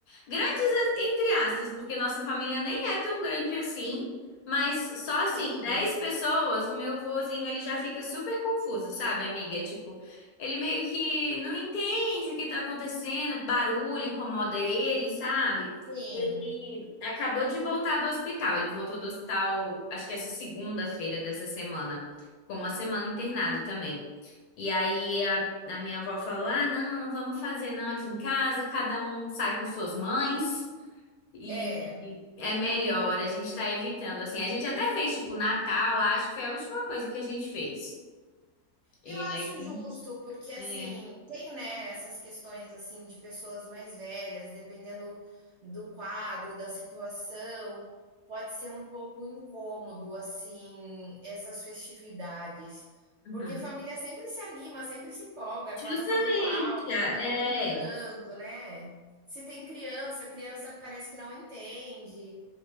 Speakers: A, on the left; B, on the right.
A: grandes entre aspas, porque nossa família nem é tão grande assim, mas só assim,
B: Sim,
A: dez pessoas, o meu vozinho ele já fica super confuso, sabe, amiga? Tipo, ele meio que não entende o que tá acontecendo, barulho incomoda ele, sabe?
B: sim.
A: Ele acabou de voltar do hospital. Ele voltou do hospital, acho que essa segunda-feira dessa semana. Ficou uma semana internado também. E aí a, a minha avó falou: Ah, não, não vamos fazer não aqui em casa. Cada um sai com suas mães. E,
B: É.
A: e é melhor, a gente tá evitando. Assim, a gente até fez tipo Natal, acho que foi a última coisa que a gente fez. E
B: Eu acho
A: aí,
B: justo, porque assim,
A: é,
B: tem, né, essas questões assim de pessoas mais velhas, dependendo do quadro, da situação, pode ser um pouco incômodo assim essas festividades,
A: uhum.
B: porque família sempre se anima, sempre se empolga, acaba
A: Justamente,
B: falando alto,
A: ah,
B: acaba
A: é,
B: brincando, né? Se tem criança, criança parece que não entende.